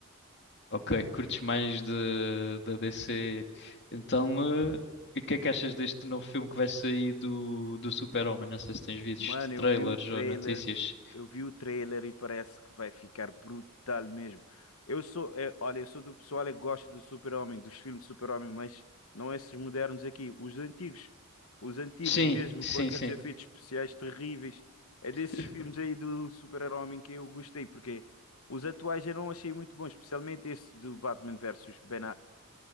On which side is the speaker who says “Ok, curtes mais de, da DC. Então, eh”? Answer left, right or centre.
Left